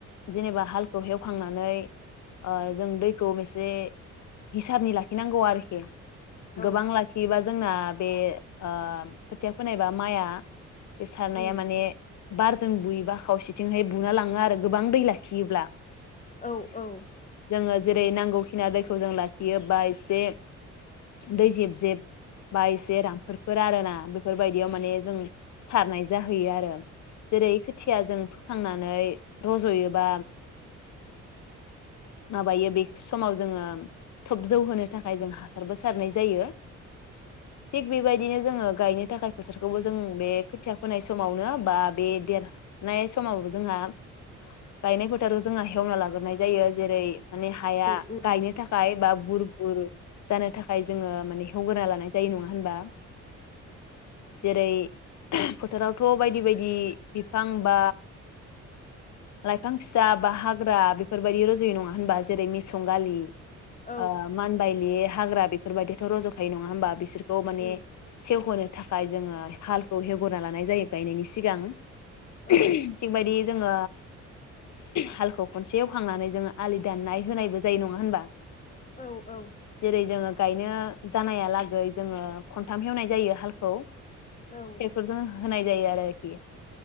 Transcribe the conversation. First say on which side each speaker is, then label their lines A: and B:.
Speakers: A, on the left; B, on the left.
A: जेनेबा हालखौ हेवखांनानै ओ जों दैखौ एसे हिसाबनि लाखिनांगौ आरोखि।
B: औ
A: गोबां लाखियोबा जोंना बे ओ खोथिया फोनायबा माइआ सारनाया
B: उम
A: माने बारजों बुयोबा खावसेथिंहाय बुना लाङो आरो गोबां दै लाखियोब्ला।
B: औ औ।
A: जोङो जेरै नांगौखिनि दैखौ जों लाखियो बा एसे दै जेब जेब बा एसे रामफोर फोर आरो ना बेफोरबायदियाव माने जों सारनाय जाहैयो आरो जेरै खोथिया जों खांनानै रज'यो बा माबायो बे समाव जोङो थाब जौहोनो थाखाय हासारबो सारनाय जायो थिग बेबाय दिनो जोङो गायनो थाखाय फोथारखौबो जों बे खोथिया - होनाय समावनो बा बे देरनाय समाव जोंहा गायनाय फोथारखौ जोंहा हेवना लाग्रोनाय जायो जेरै माने हाया
B: उम उम
A: गायनो थाखाय बा बुर बुर जानो थाखाय जोङो माने हेवगोरा लानाय जायो नङा होनबा। जेरै बोथोरावथ' बायदि बायदि बिफां बा लाइफां फिसा बा हाग्रा बेफोरबायदि रुजुयो नङा होनबा जेरै मेसं गालि
B: औ
A: आ मान बायलि हाग्रा बेफोरबायदिथ' रज'खायो नङा होनोमबा बिसोर खौ माने
B: उम
A: सेव होनोनो थाखाय जोङो हालखौ हेवरा लानाय जायो गायनायनि सिगां।
B: औ
A: <unintelligible> जोङो हालखौ खनसे एवखांनानै जोङो आलि दाननाय होनायबो जायो नङा होनबा?
B: औ औ
A: जेरै जोङो गायनो जानायालागै जोङो खनथाम हेवनाय जायो हालखौ
B: उम
A: ट्रेक्टरजों होनाय जायो आरोखि।